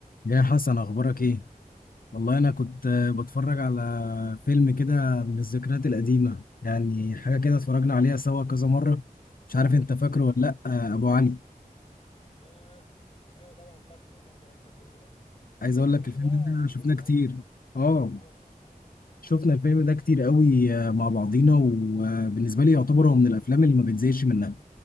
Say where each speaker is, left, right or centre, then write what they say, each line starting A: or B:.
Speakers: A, on the left (about 70°); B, on the left (about 40°).
A: يا حسن اخبارك ايه والله انا كنت آه، بتفرج على فيلم كده من الذكريات القديمة يعني حاجة كده اتفرجنا عليها سوا كذا مرة مش عارف انت فاكره
B: مم.
A: ولا لا آه، ابو علي
B: ياه ايوه طبعا فاكره انا اقدر انسى الفيلم ده
A: عايز اقول لك
B: الفيلم
A: الفيلم
B: ده
A: ده شفناه
B: جامد
A: كتير
B: قوي
A: اه
B: اه
A: شفنا الفيلم ده كتير قوي آه، مع بعضينا وبالنسبة لي يعتبر هو من الافلام اللي ما بتزهقش منها